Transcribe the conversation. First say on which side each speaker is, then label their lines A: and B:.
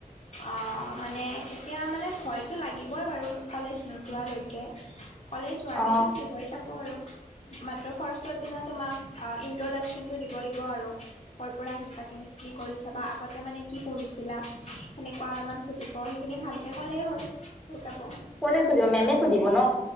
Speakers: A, on the left; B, in the centre.
A: অঁ মানে এতিয়া মানে ভয়টো লাগিবই বাৰু কলেজ নোযোৱালৈকে। কলেজ যোৱাৰ
B: অ
A: পিছত ঠিক হৈ‌ যাব আৰু মাত্ৰ ফাৰ্ষ্টৰ দিনা তোমাক আ ইন্ট্ৰডাকচনটো দিব লাগিব আৰু। কৰ পৰা আহিছা কেনে কি কৰিছা বা আগতে মানে কি পঢ়িছিলা। সেনেকুৱা অলপমান শুধিব সেইখিনি ভালকে ক'লেই হ'ল, হৈ যাব।
B: কোনে সুধিব মেমে সুধিব ন।